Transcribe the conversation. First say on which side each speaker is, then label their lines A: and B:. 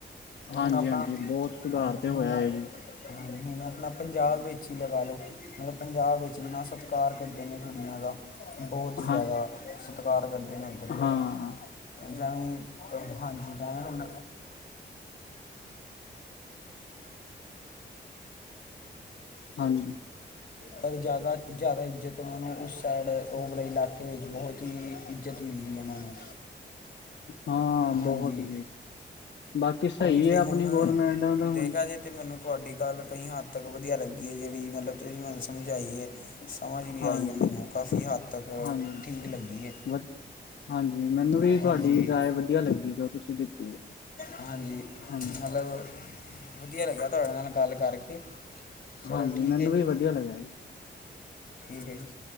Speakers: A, on the left; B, on the left.
A: ਹਾਂਜੀ-ਹਾਂਜੀ
B: ਹੁਣ ਆਪਾਂ
A: ਬਹੁਤ ਸੁਧਾਰ
B: ਹਾਂਜੀ
A: ਤੇ, ਹੋਇਆ
B: ਹੁਣ
A: ਏ।
B: ਹਾਂਜੀ ਹੁਣ ਆਪਣਾ ਪੰਜਾਬ ਵਿੱਚ ਹੀ, ਲਗਾ ਲਓ ਮਤਲਬ ਪੰਜਾਬ ਵਿੱਚ ਇੰਨਾ ਸਤਿਕਾਰ ਕਰਦੇ ਨੇ, ਕੁੜੀਆਂ ਦਾ ਬਹੁਤ ਹੀ, ਜ਼ਿਆਦਾ
A: ਹਾਂ
B: ਸਤਿਕਾਰ ਕਰਦੇ ਨੇ, ਉੱਧਰ ਦੇ,
A: ਹਾਂ
B: ਜਿਵੇਂ, ਹਾਂਜੀ ਜਿਵੇਂ ਹੁਣ,
A: ਹਾਂਜੀ
B: ਪਰ ਜ਼ਿਆਦਾ-ਜ਼ਿਆਦਾ ਇੱਜ਼ਤ ਉਹਨਾਂ ਨੂੰ, ਉਸ ਸਾਈਡ ਓ ਵਾਲੇ ਇਲਾਕੇ ਵਿੱਚ ਬਹੁਤ ਹੀ। ਇੱਜ਼ਤ ਮਿਲਦੀ ਹੈ ਉਹਨਾਂ ਨੂੰ
A: ਹਾਂ
B: ਹਾਂਜੀ
A: ਬਹੁਤ ਜੀ, ਬਾਕੀ ਸਹੀ
B: ਉਹੀ ਤੇ
A: ਹੈ।
B: ਹੁਣ
A: ਆਪਣੀ ਗੌਰਮੈਂਟ ਦਾ ਹੁਣ
B: ਦੇਖਿਆ ਜੇ ਤੇ ਮੈਨੂੰ ਤੁਹਾਡੀ ਗੱਲ ਕਈ ਹੱਦ ਤੱਕ ਵਧੀਆ ਲੱਗੀ ਹੈ। ਜਿਹੜੀ ਮਤਲਬ ਤੁਸੀਂ ਮੈਨੂੰ ਸਮਝਾਈਏ! ਸਮਝ ਵੀ
A: ਹਾਂਜੀ
B: ਆਈ ਏ ਮੈਨੂੰ ਕਾਫੀ ਹੱਦ ਤੱਕ,
A: ਹਾਂਜੀ ਹਾਂਜੀ
B: ਠੀਕ ਲੱਗੀ ਏ।
A: ਵ ਹਾਂਜੀ ਮੈਨੂੰ ਵੀ ਤੁਹਾਡੀ
B: ਹਾਂਜੀ
A: ਰਾਏ ਵਧੀਆ ਲੱਗੀ ਜੋ ਤੁਸੀਂ ਦਿੱਤੀ।
B: ਹਾਂਜੀ,
A: ਹਾਂਜੀ
B: ਮਤਲਬ, ਵਧੀਆ ਲੱਗਿਆ ਤੁਹਾਡੇ ਨਾਲ ਗੱਲ ਕਰਕੇ। ਚਲੋ
A: ਹਾਂਜੀ
B: ਠੀਕ
A: ਮੈਨੂੰ
B: ਹੈ ਜੀ
A: ਵੀ ਵਧੀਆ ਲੱਗਿਆ ਜੀ।
B: ਠੀਕ ਐ ਜੀ।